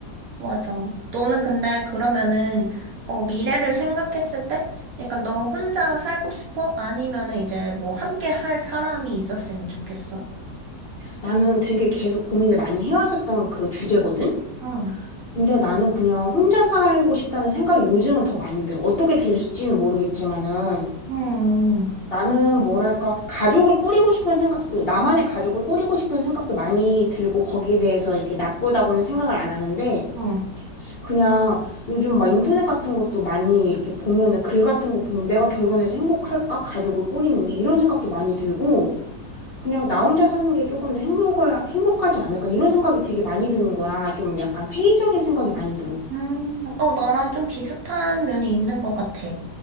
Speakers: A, on the right; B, on the left.
A: 맞아. 너는 근데 그러면은, 어, 미래를 생각했을 때? 약간 너 혼자 살고 싶어? 아니면은 이제 뭐 함께 할 사람이 있었으면 좋겠어?
B: 나는 되게 계속 고민을 많이 해왔었던 그 주제거든?
A: 응,
B: 근데 나는 그냥 혼자 살고 싶다는 생각이 요즘은 더 많이 들어. 어떻게 될지는 모르겠지만은.
A: 응
B: 나는 뭐랄까, 가족을 꾸리고 싶은 생각도, 나만의 가족을 꾸리고 싶은 생각도 많이 들고 거기에 대해서 이렇게 나쁘다고는 생각을 안 하는데,
A: 응.
B: 그냥 요즘 막 인터넷 같은 것도 많이 이렇게 보면은 글 같은 거 보면 내가 결혼해서 행복할까? 가족을 꾸리는 게 이런 생각도 많이 들고, 그냥 나 혼자 사는 게 조금 더 행복을, 행복하지 않을까? 이런 생각이 되게 많이 드는 거야. 좀 약간 회의적인 생각이 많이 들어.
A: 음, 어, 나랑 좀 비슷한 면이 있는 것 같아.